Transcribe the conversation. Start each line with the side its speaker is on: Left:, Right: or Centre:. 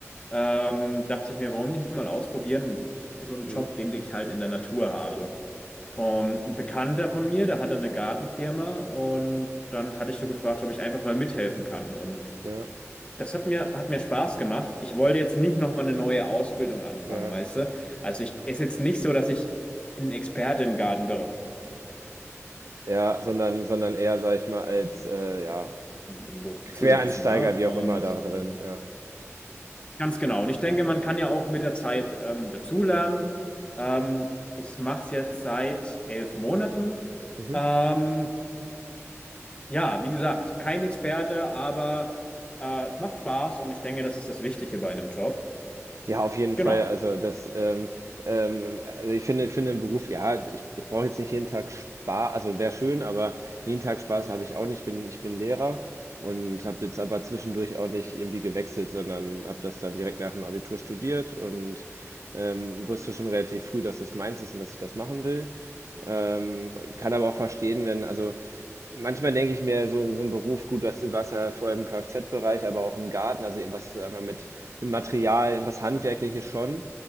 Left: ähm, dachte ich mir, warum nicht mal ausprobieren, so einen
Right: hm.
Left: Job, den ich halt in der Natur habe. Und ein Bekannter von mir, der hatte eine Gartenfirma und dann hatte ich so gefragt, ob ich einfach mal mithelfen kann. Und
Right: Ja,
Left: das hat mir, hat mir Spaß gemacht. Ich wollte jetzt nicht nochmal eine neue Ausbildung anfangen,
Right: ja,
Left: weißt du? Also ich ist jetzt nicht so, dass ich ein Experte im Gartenbereich
Right: ja, sondern, sondern eher, sag ich mal, als äh, ja,
Left: im Büro zu
Right: Quereinsteiger,
Left: setzen, ne? Und
Right: wie auch immer, da drin. Ja.
Left: ganz genau. Und ich denke, man kann ja auch mit der Zeit ähm, dazulernen. Ähm, ich mache es jetzt seit elf Monaten.
Right: Mhm.
Left: Ähm, Ja, wie gesagt, kein Experte, aber äh, es macht Spaß und ich denke, das ist das Wichtige bei einem Job.
Right: Ja, auf jeden
Left: Genau.
Right: Fall. Also das, ähm, ähm, also ich finde, ich finde den Beruf, ja, ich, ich brauche jetzt nicht jeden Tag Spaß, also wäre schön, aber jeden Tag Spaß habe ich auch nicht. Ich bin, ich bin Lehrer und habe jetzt aber zwischendurch auch nicht irgendwie gewechselt, sondern habe das dann direkt nach dem Abitur studiert und ähm, wusste schon relativ früh, dass das meins ist und dass ich das machen will. Ähm, kann aber auch verstehen, wenn, also manchmal denke ich mir, so, so ein Beruf, gut, das war es ja vorher im Kfz-Bereich, aber auch im Garten, also irgendwas, sagen wir, mit, mit Material, irgendwas Handwerkliches schon